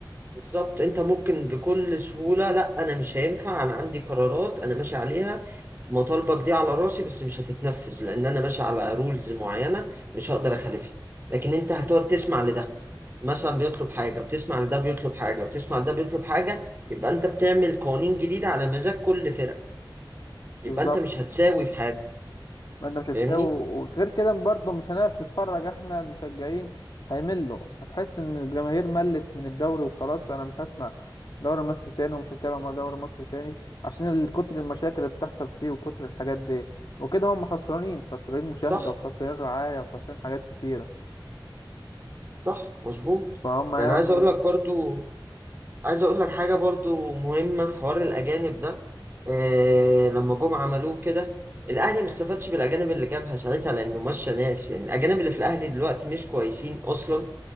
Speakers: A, on the right; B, on the left.
A: بالظبط انت ممكن بكل سهولة لا انا مش هينفع انا عندي قرارات انا ماشي عليها مطالبك دي على راسي بس مش هتتنفذ لان انا ماشي على رولز معينة مش هقدر اخالفها لكن انت هتقعد تسمع لده مثلا بيطلب حاجة وتسمع لده بيطلب حاجة وتسمع لده بيطلب حاجة يبقى انت بتعمل قوانين جديدة على مزاج كل فرقة يبقى
B: بالظبط
A: انت مش هتساوي في حاجة
B: ما انت مش هتساوي
A: فاهمني؟
B: وغير كده برضه مش هنعرف نتفرج احنا المشجعين هيملوا هتحس ان الجماهير ملت من الدوري وخلاص انا مش هسمع دوري مصر تاني ومش هتابع مع دوري مصر تاني عشان ال- كتر المشاكل اللي بتحصل فيه وكتر الحاجات دي وكده هم خسرانين خسرانين مشاهدة
A: صح
B: وخسرانين رعاية وخسرانين حاجات كتيرة
A: صح مظبوط
B: فهم يعني
A: يعني عايز اقول لك برضو عايز اقول لك حاجه برضو مهمه حوار الاجانب ده آه لما جم عملوه كده الاهلي ما استفادش بالاجانب اللي جابها ساعتها لانه مشى ناس يعني الاجانب اللي في الاهلي دلوقتي مش كويسين اصلا